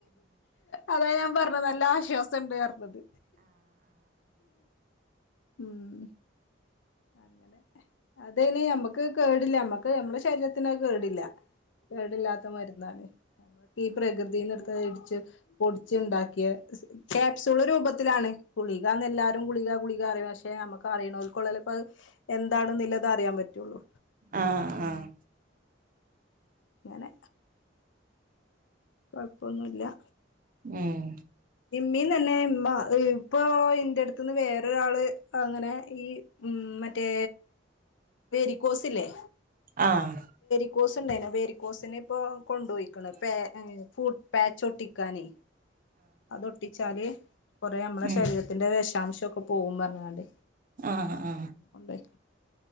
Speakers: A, on the left; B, on the right.
A: അതാ ഞാൻ പറഞ്ഞാ നല്ല ആശ്വാസം സംണ്ടാർന്നത്. ഉം അങ്ങനെ അത മ്മക്ക് കേടില്ല നമ്മക്ക് നമ്മളെ ശരീരത്തിനോ കേടില്ല കേടില്ലാത്ത മരുന്നാണ് നമ്മക്ക് ഈ പ്രകൃതീന്നെടുത്ത് ഇടിച്ച് പൊടിച്ചുണ്ടാക്കിയ ക്യാപ്സൂള് രൂപത്തിലാണ് ഗുളികാന്നെല്ലാരും ഗുളിക ഗുളിക അറീയണ പക്ഷെ നമുക്ക് അറിയണോൽക്കൊള്ള അപ്പൊ എന്താണ് നിലതാ അറിയാൻ പറ്റുള്ളൂ
B: ആഹ് ആഹ്
A: അങ്ങനെ കൊഴപ്പൊന്നുല്ല
B: ഉം
A: ഇമ്മീ തന്നെ ഇമ്മ ഇപ്പോ ഇന്റെ അടുത്ത്ന്ന് വേറൊരാള് അങ്ങനെ ഈ ഉം മറ്റേ വേരിക്കോസ് ഇല്ലേ
B: ആഹ്
A: ക്കോസ് ഉണ്ടായിന വേരിക്കോസിനെ ഇപ്പൊ കൊണ്ടുപോയിക്കണ പെ പാച്ചൊട്ടിക്കാനെ അതൊട്ടിച്ചാല് കുറേ നമ്മുടെ
B: ഉം
A: ശരീരത്തിന്റെ വിശാംശം ൊക്കെ പോകും പറഞ്ഞാണ്ട്
B: ആ ആ
A: കൊണ്ടോയി